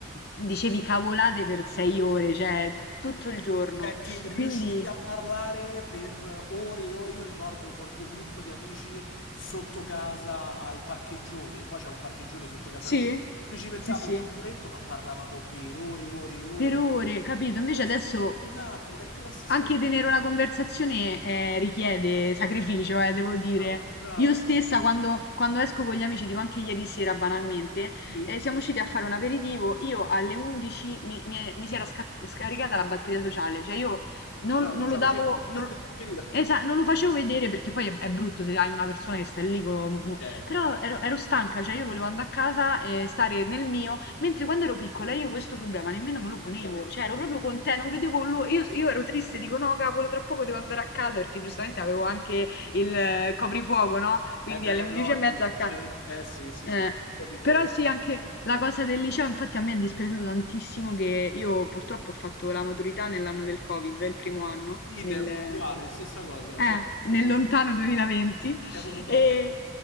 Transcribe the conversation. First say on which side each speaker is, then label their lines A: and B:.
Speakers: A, on the left; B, on the left.
A: dicevi cavolate per sei ore, cioè tu- tutto
B: Sì.
A: il giorno.
B: Cioè, ti riuscivi
A: Quindi,
B: a parlare per ore e ore. Io ricordo col mio gruppo di amici sotto casa al parcheggione. Qua c'è un parcheggione sotto casa
A: sì,
B: mia. Noi ci mettevamo
A: sì, sì.
B: sul muretto, ma parlavamo per ore e ore e ore.
A: Per ore, capito? Invece
B: Adesso,
A: adesso
B: esatto, non è più la stessa
A: anche
B: cosa.
A: tenere una conversazione eh, richiede sacrificio, eh, devo dire.
B: Brava, brava.
A: Io stessa, quando, quando esco con gli amici, tipo anche ieri sera banalmente,
B: Sì,
A: eh, siamo usciti a fare un aperitivo, io alle 11 mi, mi è- mi si era sca- scaricata la batteria sociale, cioè io non,
B: brava,
A: non
B: non ce
A: lo
B: la
A: davo...
B: facevi più. <laughs>
A: Non, lo-
B: Finita.
A: Esa- non lo facevo vedere perché poi è, è brutto se hai una persona che sta lì con...
B: Certo.
A: Però ero, ero stanca, cioè io volevo andare a casa e stare nel mio Mentre quando ero piccola io questo problema nemmeno me lo ponevo,
B: Ce l'avevi.
A: cioè ero proprio con te, non vedevo l'ora, io, io ero triste, dico no cavolo, tra poco devo andare a casa perché giustamente avevo anche il eh, coprifuoco, no? Quindi
B: Eh beh,
A: alle 11
B: logico.
A: e mezza a casa.
B: c'era- Eh sì, sì,
A: Eh,
B: sì, proprio fuoco.
A: però sì, anche la cosa del liceo, infatti a me è dispiaciuto tantissimo che io purtroppo ho fatto la maturità nell'anno del Covid, il primo anno,
B: Idem,
A: nel
B: ma uguale, stessa cosa.
A: eh,
B: Siamo, siamo,
A: nel lontano 2020
B: siamo coetanei.
A: e,